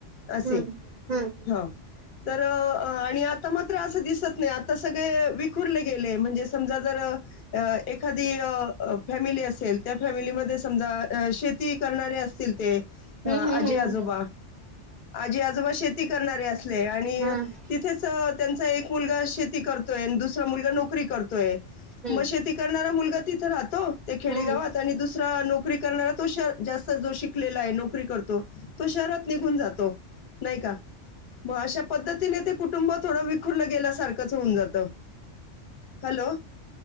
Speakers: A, on the left; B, on the right.
A: असे,
B: हम्म हम्म
A: हा. तर आणि आता मात्र असं दिसत नाही. आता सगळे वी गेलेय. म्हणजे समजा जर एखादी फॅमिली असेल. त्या फॅमिलीमध्ये समजा शेती करणारे असतील ते. अ
B: हम्म हम्म
A: आजी आजोबा, आजी आजोबा शे ती करणारे असले. आणि
B: हम्म हम्म
A: तिथेच त्यांचा एक मुलगा शेती करतोय. अन दुस रा मुलगा नोकरी करतोय.
B: हम्म
A: मग शेती करणारा मुलगा तिथे राहतो ते खेडेगावात
B: हम्म
A: आणि दुसरा नोकरी करणारा तो शह जास्त जो शिक लेला य. नोकरी करतो. तो शहरात निघून जातो. नाही का? म अशा पद्धतीने ते कुटुंब थोडं विखुरलं गेल्यासारखंच होऊन जातं. हॅलो.